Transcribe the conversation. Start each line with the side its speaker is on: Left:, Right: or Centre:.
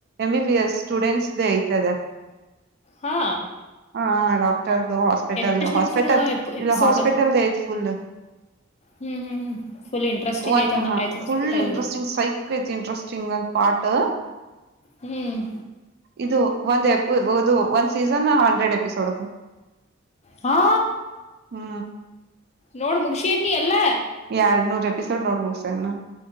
Right: ಎಂ ಬಿ ಎಸ್ ಸ್ಟೂಡೆಂಟ್ಸ್ ದೇ ಐತದ
Left: ಹಾ
Right: ಹಾ ಡಾಕ್ಟರ್ದು ಹಾಸ್ಪಿಟಲ್ದು
Left: ಎಷ್ಟೆಷ್ಟು
Right: ಹಾಸ್ಪಿಟಲ್
Left: ನಿಮಿಷ
Right: ಇಲ್ಲ
Left: ಎಪಿಸೋಡ್
Right: ಹಾಸ್ಪಿಟಲ್ ಐತ್ ಫುಲ್ <unintelligible>
Left: ಹ್ಮ್ ಹ್ಮ್ ಹ್ಮ್ ಫುಲ್ ಇಂಟ್ರೆಸ್ಟಿಂಗ್
Right: ಒ
Left: ಐತ್ ಅಂದಂಗ
Right: ಹ
Left: ಆಯ್ತು
Right: ಫು
Left: ಹಾಸ್ಪಿಟಲ್ದು
Right: ಇಂಟ್ರೆಸ್ಟಿಂಗ್ ಸೈ ಇಂಟ್ರೆಸ್ಟಿಂಗ್ ಪಾಟ್
Left: ಹ್ಮ್
Right: ಇದು ಒಂದ್ ಎಪ ಇದು ಒಂದ್ ಸೀಸನ್ ಹಂಡ್ರೆಡ್ ಎಪಿಸೋಡ್ ಅದು
Left: ಹಾ
Right: ಹ್ಮ
Left: ನೋಡು ಮುಗಶನಿ ಅಲ್ಲ
Right: ಎರಡ್ ನೂರ್ ಎಪಿಸೋಡ್ ನೋಡ್ಬು ಸರ್ ನ